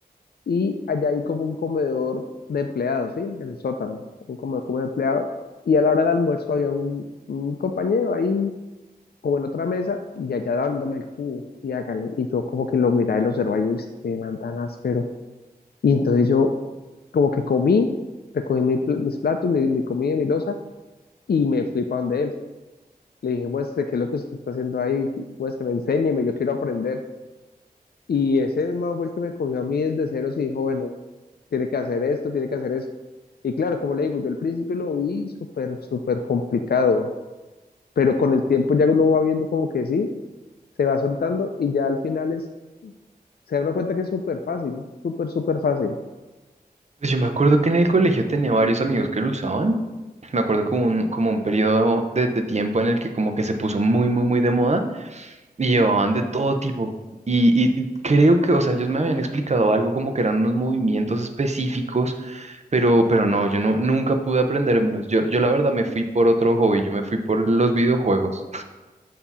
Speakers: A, on the left; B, on the right.
A: y allá hay como un comedor de empleados, ¿sí? En el sótano, un comedor como de empleados. Y a la hora del almuerzo había un, un compañero ahí, como en otra mesa, y allá dándole el cubo, y hágale. Y yo como que lo miraba y lo observaba, y yo, este man tan áspero. Y entonces yo como que comí, recogí mi pl- mis platos, mi, mi comida, y mi loza, y me fui para donde él. Le dije, muestre, ¿qué es lo que usted está haciendo ahí? Muestre, enséñeme, yo quiero aprender. Y ese man fue el que me cogió a mí desde ceros y dijo, bueno, tiene que hacer esto, tiene que hacer esto. Y claro, como le digo, yo al principio lo vi súper, súper complicado, pero con el tiempo ya uno va viendo como que sí, se va soltando y ya al final es, se da uno cuenta que es súper fácil, súper, súper fácil.
B: Pues yo me acuerdo que en el colegio tenía varios amigos que lo usaban. Me acuerdo como un, como un periodo de, de tiempo en el que como que se puso muy, muy, muy de moda y llevaban de todo tipo. Y, y y creo que, o sea, ellos me habían explicado algo como que eran unos movimientos específicos, pero, pero no, yo no, nunca pude aprender menos. Yo, yo la verdad me fui por otro hobby, yo me fui por los videojuegos.